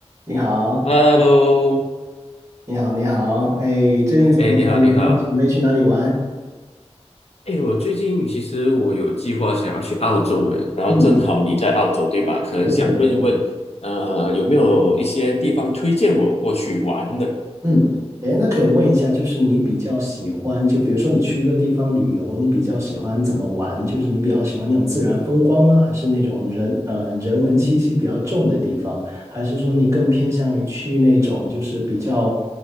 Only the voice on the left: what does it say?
Hello，
哎，哎你好，
你好，哎，我最近其实我有计划想要去澳洲诶，然后正好你在澳洲，
对吧？可能想问一问，
呃，有没有一些地方推荐我过去玩的？